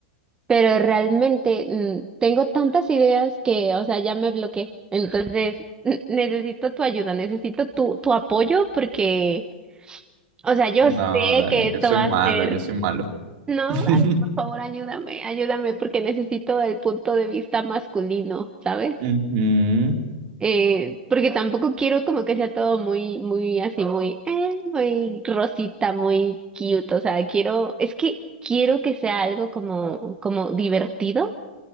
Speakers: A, on the right; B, on the right.
A: Pero realmente mm, tengo tantas ideas que, o sea, ya me bloqueé. Entonces, <laughs> necesito tu ayuda, necesito tu, tu apoyo porque O sea, yo
B: No,
A: sé
B: Dani,
A: que esto
B: yo soy
A: va a
B: malo,
A: ser.
B: yo soy malo.
A: No,
B: <laughs>
A: Dani, por favor, ayúdame, ayúdame, porque necesito el punto de vista masculino, ¿sabes?
B: Ujú.
A: Eh, porque tampoco quiero como que sea todo muy, muy así, muy, eh, muy rosita, muy cute. O sea, quiero, es que quiero que sea algo como, como divertido